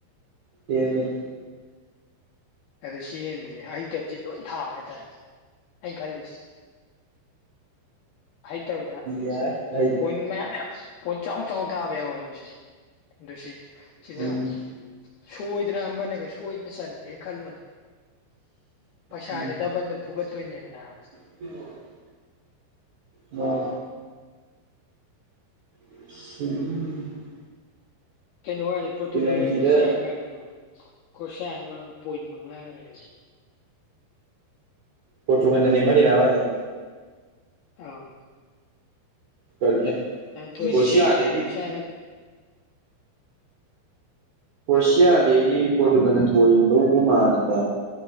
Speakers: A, on the right; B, on the left.
A: ꯍꯦꯟꯕꯅꯤ
B: ꯑꯗ ꯁꯤ ꯌꯦꯟꯕꯁꯦ ꯍꯩꯇꯕꯁꯤ ꯂꯣꯏ ꯊꯥꯕ ꯍꯥꯏꯇꯥꯔꯦ ꯑꯩ ꯈꯜꯂꯤꯁ ꯑꯍꯩꯇꯕꯗ
A: ꯌꯥꯏ ꯑꯩ
B: ꯄꯣꯏꯟ ꯃꯌꯥꯝ ꯃꯌꯥꯝ ꯄꯣꯏꯟ ꯆꯥꯎ ꯆꯥꯎ ꯊꯥꯕ ꯌꯥꯎꯋꯦꯕꯁꯦ ꯑꯗꯨ ꯁꯤ ꯁꯤꯗ
A: ꯎꯝ
B: ꯁꯣꯏꯗꯅ ꯑꯃꯅꯒ ꯁꯣꯏꯗꯅ ꯆꯟꯗ꯭ꯔꯦ ꯈꯜꯂꯣꯅꯦ ꯄꯩꯁꯥꯁꯦ
A: ꯎꯝ
B: ꯗꯕꯟꯗ ꯄꯨꯒꯠꯇꯣꯏꯅꯦꯕ ꯅꯥꯕ
A: <unintelligible> ꯑꯣ <inaudible>
B: ꯀꯩꯅꯣꯒꯁꯤ ꯄꯣꯔꯇꯨꯒꯜꯒ
A: ꯄꯦꯅꯥꯜꯇꯤꯗ
B: ꯀ꯭ꯔꯣꯁꯤꯌꯥ ꯒꯥꯀꯥꯁꯦ ꯀꯣꯁꯤꯌꯥꯅ ꯄꯣꯏꯟ ꯃꯉꯥꯒ ꯂꯩꯍꯜꯂꯦ
A: ꯄꯔꯣꯇꯨꯒꯜꯅ ꯅꯦꯝꯍꯜꯂꯤꯔꯖ ꯍꯥꯏꯖꯦ
B: ꯑꯥ
A: ꯀꯔꯤꯀꯦ
B: ꯊꯣꯏꯔꯝꯃꯦ
A: ꯀꯔꯣꯁꯤꯌꯥꯗꯩꯗꯤ
B: ꯀ꯭ꯔꯣꯁꯤꯌꯥꯅ
A: ꯀꯔꯣꯁꯤꯌꯥꯗꯤ ꯑꯩꯗꯤ ꯄ꯭ꯔꯣꯇꯨꯒꯜꯅꯕꯨ ꯊꯣꯏꯗꯧꯕꯨ ꯃꯥꯜꯂꯤꯗ